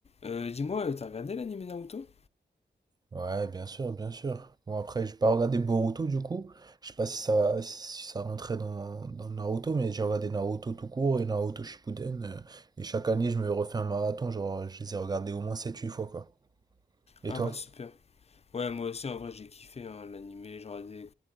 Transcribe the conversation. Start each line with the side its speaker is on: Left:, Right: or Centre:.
Left: Euh, dis-moi, euh, t'as regardé l'anime Naruto?
Right: Ouais, bien sûr, bien sûr. Bon, après, j'ai pas regardé Boruto du coup. Je sais pas si ça, si ça rentrait dans, dans Naruto, mais j'ai regardé Naruto tout court et Naruto Shippuden. euh, et chaque année, je me refais un marathon. Genre, je les ai regardés au moins sept huit fois, quoi. Et
Left: Ah
Right: toi?
Left: bah super. Ouais, moi aussi en vrai j'ai kiffé hein, l'anime, j'ai regardé